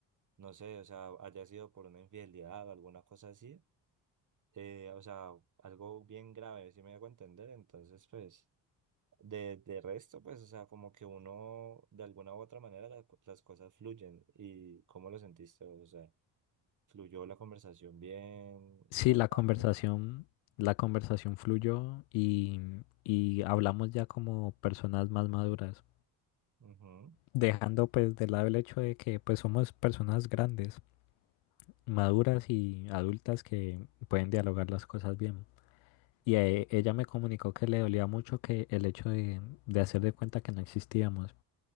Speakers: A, on the right; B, on the left.
A: no sé, o sea, haya sido por una infidelidad o alguna cosa así eh, o sea, algo bien grave, si me hago entender, entonces pues de, de resto, pues, o sea, como que uno de alguna u otra manera la- las cosas fluyen y ¿cómo lo sentiste? O sea, ¿fluyó la conversación bien?
B: Sí,
A: ¿Qué hablaron?
B: la conversación, la conversación fluyó y, y hablamos ya como personas más maduras,
A: Ujú.
B: dejando pues de lado el hecho de que pues somos personas grandes, maduras y adultas que pueden dialogar las cosas bien. Y eh, ella me comunicó que le dolía mucho que el hecho de, de hacer de cuenta que no existíamos,